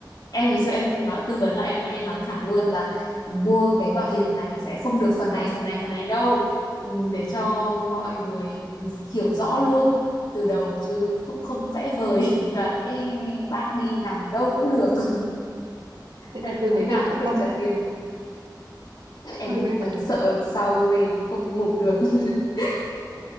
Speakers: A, on the left (about 55°); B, on the right (about 75°).
A: Em ngày xưa em nói tư vấn là em hay nói thẳng luôn là mua cái bảo hiểm này sẽ không được phần này, phần này, phần này đâu. Ừ, Để cho mọi người hiểu rõ luôn từ đầu chứ cũng không vẽ vời <laughs> là Ê, bác đi nằm đâu cũng được <laughs>
B: thế là
A: hay là
B: tư
A: như
B: vấn
A: nào
B: viên có
A: cũng được
B: tâm
A: trả
B: ấy,
A: tiền em
B: tư vấn viên có
A: ờ, sợ
B: tâm.
A: sau về không ngủ được <laughs>